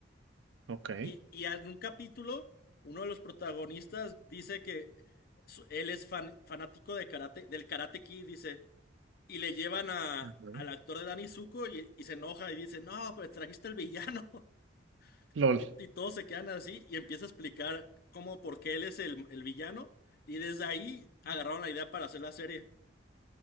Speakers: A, on the right (about 75°); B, on the left (about 55°).
A: Ok.
B: Y, y en un capítulo, uno de los protagonistas dice que su- él es fan- fanático de karate, del Karate Kid, dice. Y le llevan a,
A: Ajá.
B: al actor de Danny Zuko y, y se enoja y dice, no, pues trajiste el villano. <laughs>
A: LOL,
B: Y, y todos se quedan así y empieza a explicar cómo, por qué él es el, el villano. Y desde ahí agarraron la idea para hacer la serie.